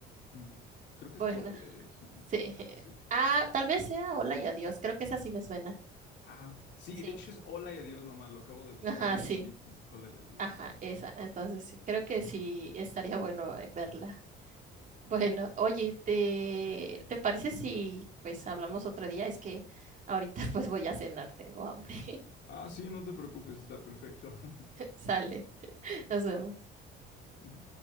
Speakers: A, on the left; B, on the right.
A: Ujú. Creo que
B: Bueno,
A: es hola y adiós, mamá.
B: sí.
A: Pero
B: <laughs>
A: sí.
B: Ah, tal vez sea Hola y Adiós. Creo que esa sí me suena.
A: Ah, sí,
B: Sí.
A: de hecho es hola y adiós, mamá. Lo acabo de buscar
B: Ajá, sí.
A: y sí, es hola y adiós,
B: Ajá,
A: mamá.
B: esa. Entonces sí, creo que sí estaría bueno eh, verla. Bueno, oye, ¿te, te parece si pues hablamos otro día? Es que ahorita
A: Ujú.
B: <laughs> pues voy a cenar, tengo hambre.
A: Ah, sí, no te preocupes, está perfecto. <laughs>
B: Sale. Nos vemos.
A: Ujú.